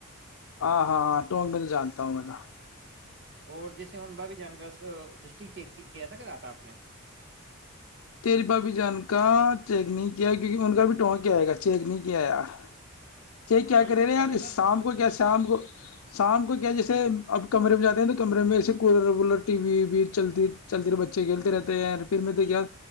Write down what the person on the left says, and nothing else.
ہاں ہاں ہاں ٹونک میں تو جانتا ہوں ما
تری بھابھی جان کا چیک نہیں کیا کیونکہ ان کا بھی ٹونک کیا آئے گا چیک نہیں کیا ار چ
کیا
کرے رہے یار
شام کو کیا شام کو شام کو کیا جیسے اب کمرے میں جاتے ہیں تو کمرے میں ایسے کولر ولر ٹی ویی چل چلتی رہ بچے کھیلتے رہتے ہیں پھر میں سے کیا